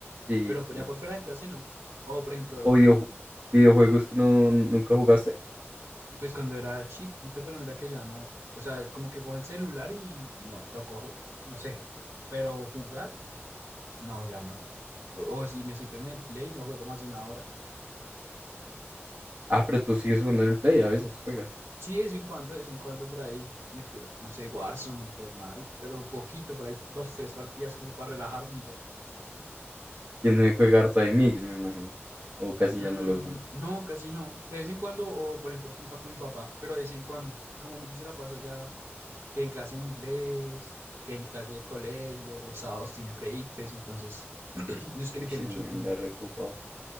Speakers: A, on the right; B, on the right.
A: Sí,
B: Pero pues,
A: sí.
B: ya por fuera de clase no. O por ejemplo,
A: ¿O video- videojuegos
B: con
A: tú no, nunca jugaste?
B: Pues cuando era chiquito, pero mira que ya no. O sea, como que cojo el celular y no, lo cojo, no sé. Pero jugar, no, ya no. O, o si me siento en el play, no juego más de una hora.
A: Ah, pero tú sigues jugando en el Play, a veces juegas.
B: Sí, de vez en cuando, de vez en cuando por ahí me tiro, no sé, Warzone o Fortnite, pero poquito, por ahí dos, tres partidas como para relajarme y ya.
A: ¿Quién me juega debe jugar Time me imagino? O casi
B: Mm,
A: ya no lo usan.
B: no, casi no. De vez en cuando, o por ejemplo FIFA con mi papá, pero de vez en cuando. Como Miki se la pasa ya que en clase de inglés, que en clase de colegio, los sábados tiene pre-ICFES, entonces <clears throat> no es que le
A: Uy,
B: quede
A: ese
B: mucho
A: niño
B: tiempo.
A: anda reocupado.